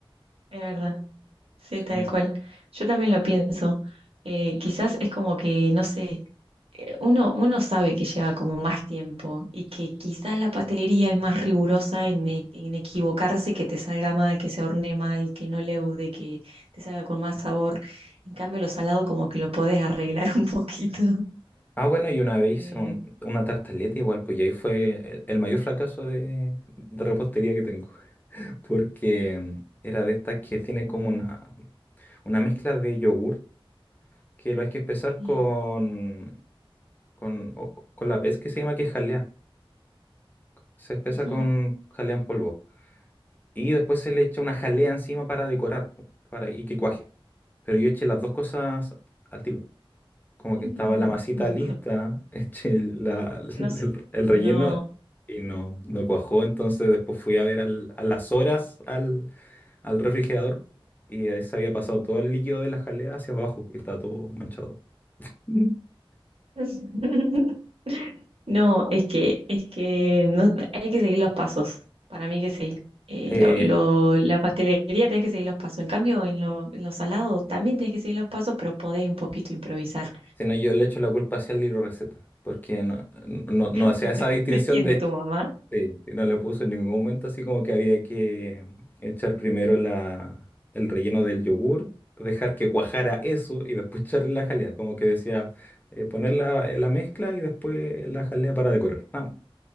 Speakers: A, on the right; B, on the left.
A: Es verdad, sí,
B: Sí.
A: tal cual. Yo también lo pienso. Eh, quizás es como que, no sé, eh, uno, uno sabe que lleva como más tiempo y que quizás la pastelería es más rigurosa en, e- en equivocarse, que te salga mal, que se hornee mal, que no leude, que te salga con más sabor. En cambio, lo salado como que lo podés arreglar <laughs> un poquito.
B: Ah, bueno, y una vez
A: Eh,
B: hice un- una tartaleta igual, pues y ahí fue el el mayor fracaso de, de repostería que tengo, <laughs> porque era de estas que tiene como una, una mezcla de yogur que lo hay que espesar
A: bien.
B: con, con, o- con la pez que se llama que es jalea. Se espesa
A: Ujú.
B: con jalea en polvo. Y después se le echa una jalea encima para decorar, po, para y que cuaje. Pero yo eché las dos cosas al tiro. Como
A: <laughs>
B: que estaba la masita lista, <laughs> eché la- el,
A: No sé,
B: el
A: no.
B: relleno y no, no cuajó. Entonces después fui a ver al- a las horas al, al refrigerador y ahí se había pasado todo el líquido de la jalea hacia abajo y estaba todo manchado. <laughs>
A: <laughs> No, es que, es que no- hay que seguir los pasos. Para mí que sí. Eh,
B: Eh,
A: lo- lo- la pastelería tenés que seguir los pasos. En cambio, en lo, en los salados también tenés que seguir los pasos, pero podés un poquito improvisar.
B: si no, yo le echo la culpa hacia el libro receta, porque no, no, no no
A: <laughs>
B: hacía esa distinción
A: ¿De quién?
B: de
A: ¿De tu mamá?
B: Sí, y no le puso en ningún momento así como que había que echar primero la, el relleno del yogur, dejar que cuajara eso y después <laughs> echarle la jalea. Como que decía, eh, poner la, eh, la mezcla y después la jalea para decorar. Ah,